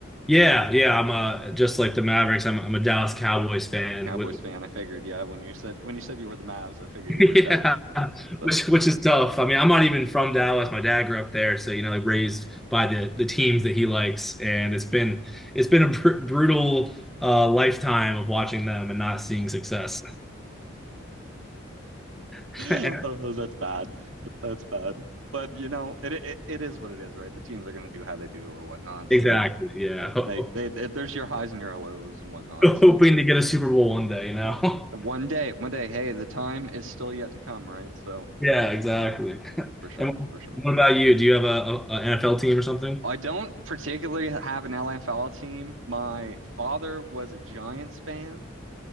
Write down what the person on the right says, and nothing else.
Cowboys
fan, I figured. Yeah, when you said when you said you were the Mavs, I figured
you
were a Dallas fan. So
<laughs> Oh, that's bad. That's bad. But you know, it it, it is what it is, right? The teams are going to do how they do or whatnot.
So,
you know,
they,
they they there's your highs and your lows and whatnot. So
one day, one day, hey, the time is still yet to come, right? So
for sure,
for sure.
I don't particularly have an LFL team. My father was a Giants fan,